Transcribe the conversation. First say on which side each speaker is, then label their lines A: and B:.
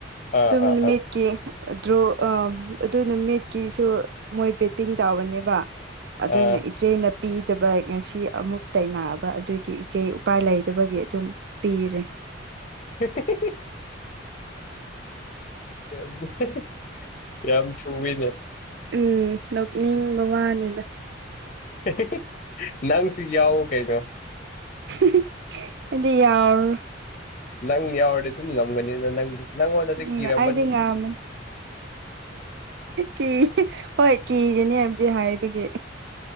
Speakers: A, on the left (about 45°); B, on the right (about 60°).
A: ꯑꯥ
B: ꯑꯗꯨꯝ
A: ꯑꯥ ꯑꯥ
B: ꯃꯦꯠꯀꯤ ꯗ꯭ꯔꯣ ꯑꯗꯨ ꯅꯨꯃꯤꯠꯀꯤꯁꯨ ꯃꯣꯏ ꯕꯦꯠꯇꯤꯡ ꯇꯥꯕꯅꯦꯕ ꯑꯗꯨꯅ
A: ꯑꯥ
B: ꯏꯆꯦꯅ ꯄꯤꯗꯕ ꯉꯁꯤ ꯑꯃꯨꯛ ꯇꯩꯅꯑꯕ ꯑꯗꯨꯒꯤ ꯏꯆꯦ ꯎꯄꯥꯏ ꯂꯩꯗꯕꯒꯤ ꯑꯗꯨꯝ ꯄꯤꯔꯦ
A: ꯍꯦ ꯍꯦ ꯍꯦ ꯌꯥꯝꯌꯥꯝ ꯊꯨꯋꯤꯅꯦ
B: ꯎꯝ ꯅꯣꯛꯅꯤꯡꯕ ꯋꯥꯅꯤꯗ
A: ꯍꯦ ꯍꯦ ꯍꯦ ꯅꯪꯁꯨ ꯌꯥꯎꯎ ꯀꯩꯅꯣ
B: ꯍꯨꯝ ꯍꯨꯝ ꯑꯩꯗꯤ ꯌꯥꯎꯔ
A: ꯅꯪ ꯌꯥꯎꯦ ꯑꯗꯨꯝ ꯅꯒꯅꯤꯗ ꯅꯪꯗꯤ ꯅꯪꯉꯣꯟꯗ ꯑꯗꯨ
B: ꯎꯝ
A: ꯀꯤꯔꯝꯃꯅꯤ
B: ꯑꯩꯗꯤ ꯉꯥꯝꯃꯅꯤ ꯀꯤ ꯍꯣꯏ ꯀꯤꯒꯅꯤ ꯍꯥꯏꯕꯗꯤ ꯍꯥꯏꯕꯒꯤ